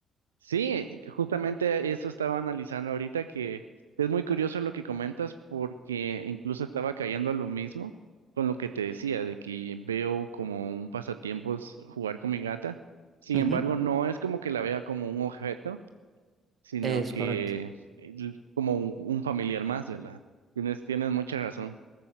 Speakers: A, on the right; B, on the right.
A: Sí, justamente eso estaba analizando ahorita, que es muy curioso lo que comentas porque incluso estaba cayendo a lo mismo con lo que te decía, de que veo como un pasatiempos jugar con mi gata. Sin
B: Ujú,
A: embargo, no es como que la vea como un objeto, sino
B: Es
A: que
B: correcto.
A: el- como un, un familiar más, ¿verdad? Tienes, tienes mucha razón.